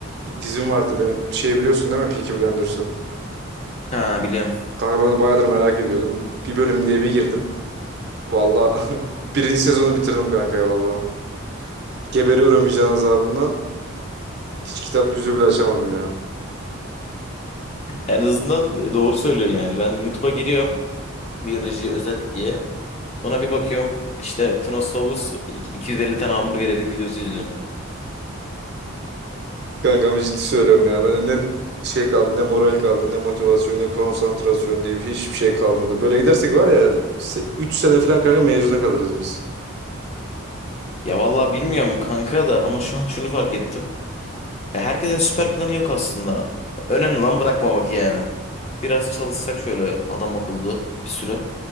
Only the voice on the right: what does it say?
bir dizim vardı benim. Şey biliyorsun değil mi Peaky Blinders'ı?
Kanka ben onu bayağıdır merak ediyordum. Bir bölüm diye bir girdim. Vallahi <laughs> birinci sezonu bitirdim kanka ya vallahi. Geberiyorum vicdan azabından. Hiç kitap yüzü bile açamadım ya.
Kanka ama ciddi söylüyorum ya. Bende ne şey kaldı, ne moral kaldı, ne motivasyon, ne konsantrasyon diye bir şey, hiçbir şey kalmadı. Böyle gidersek var ya 3 sene falan kanka mezuna kalırız biz.